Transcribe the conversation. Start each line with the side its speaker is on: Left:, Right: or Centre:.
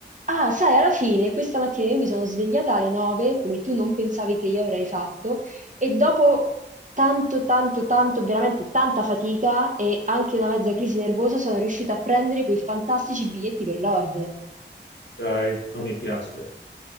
Right: Ah, sai, alla fine questa mattina io mi sono svegliata alle 9, come tu non pensavi che io avrei fatto, e dopo tanto, tanto, tanto, veramente tanta fatica e anche una mezza crisi nervosa sono riuscita a prendere quei fantastici biglietti per Lord.
Left: Dai, non mi piace. dai.